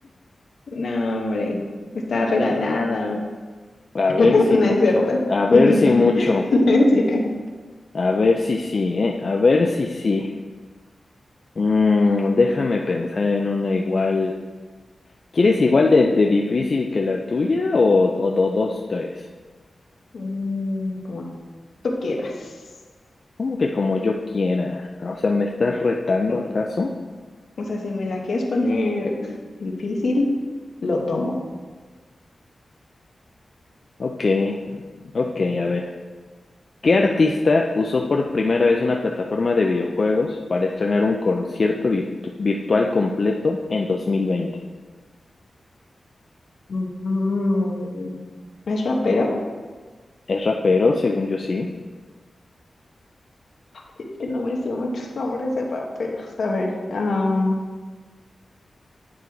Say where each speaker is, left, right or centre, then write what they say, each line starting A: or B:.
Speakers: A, on the left; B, on the left.
A: No, hombre, está regalada.
B: A ver
A: <laughs>
B: si
A: No
B: mucho,
A: es cierto.
B: a ver
A: <laughs>
B: si mucho,
A: No es cierto.
B: a ver si sí, ¿eh? A ver si sí. Mm, déjame pensar en una igual. ¿Quieres igual de, de difícil que la tuya o, o do- dos, tres?
A: Mm, como tú quieras.
B: Como que como yo quiera. O sea, ¿me estás retando
A: Mm,
B: acaso?
A: O sea, si me la quieres poner difícil, lo tomo.
B: Ok. Ok, a ver. ¿Qué artista usó por primera vez una plataforma de videojuegos para estrenar un concierto virtu- virtual completo en 2020?
A: Mm, ¿Es rapero?
B: ¿Es rapero, según yo sí?
A: Que no me sé muchos nombres de raperos. A ver, am,